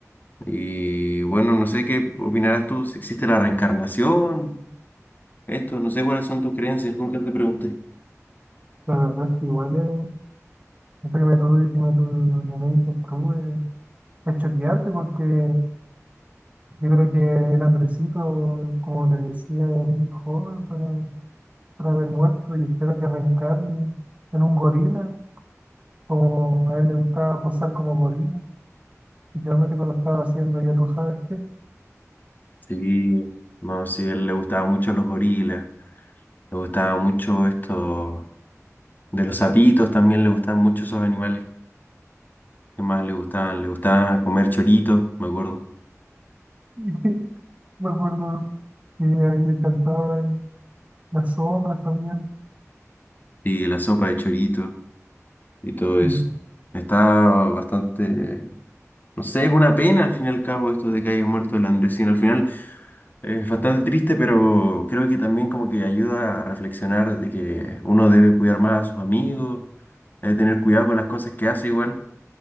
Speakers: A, on the left; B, on the right.
A: Y bueno, no sé qué opinarás tú, si existe la reencarnación, esto, no sé cuáles son tus creencias, nunca te pregunté.
B: La verdad es que igual eh, esto que me tuve, que me tuve, que me dices tú, eh, es choqueante porque yo creo que el Andresito, como te decía, es muy joven para, para haber muerto y espero que reencarne en un gorila, como a él le gustaba posar como gorila, literalmente cuando estaba haciendo ya tú sabes qué.
A: Sí, no, sí, a él le gustaba mucho los gorilas, le gustaba mucho esto de los sapitos, también le gustaban mucho esos animales. ¿Qué más le gustaban? Le gustaba comer choritos, me acuerdo,
B: <laughs> Me acuerdo que a él le cantaban las zorras también.
A: y la sopa de chorito y todo eso.
B: Y,
A: Estaba bastante No sé, es una pena al fin y al cabo esto de que haya muerto el Andresín. Al final eh, es bastante triste, pero creo que también como que ayuda a reflexionar de que uno debe cuidar más a sus amigos, debe tener cuidado con las cosas que hace igual,